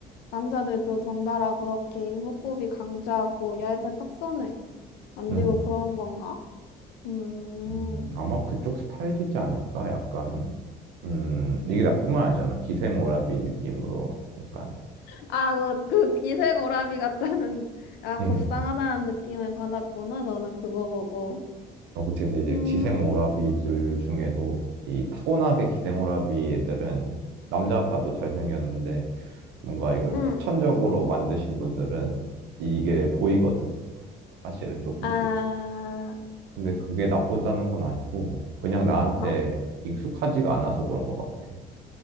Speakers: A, on the left; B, on the right.
A: 남자들도 덩달아 그렇게 이목구비 강조하고 얇은 턱선을 만들고
B: 음,
A: 그런 건가? 음.
B: 음, 아마 그쪽 스타일이지 않을까? 약간, 음, 이게 나뿐만 아니잖아. 기생오라비 느낌으로 약간,
A: 아, 그, 그 기생오라비 같다는 <laughs> 약간
B: 음,
A: 곱상하다는 느낌을 받았구나. 너는 그거 보고.
B: 어, 그치. 근데 이제
A: 음.
B: 기생오라비들 중에도 이 타고나게 기생오라비 애들은 남자 봐도 잘생겼는데 뭔가 이걸
A: 음.
B: 후천적으로 만드신 분들은 이게 보이거든? 사실은 조금씩.
A: 아,
B: 근데 그게 나쁘다는 건 아니고, 그냥 나한테
A: 나,
B: 익숙하지가 않아서 그런 것 같아.